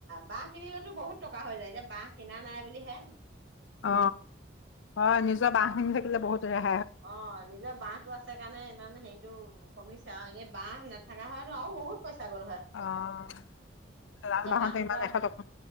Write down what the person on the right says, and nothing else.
বাঁহ কিনিলেতো বহুত টকা হৈ যায়। এতিয়া বাঁহ কিনা নাই বুলি হে
অ নিজৰ বাঁহটো আছে কাৰণে ইমান হেৰিটো কমিছে আও এনে বাহ নাথাকা হয়তো আৰু বহুত পইচা গ'ল হয়
এতিয়া
বাঁহটো
বাৰু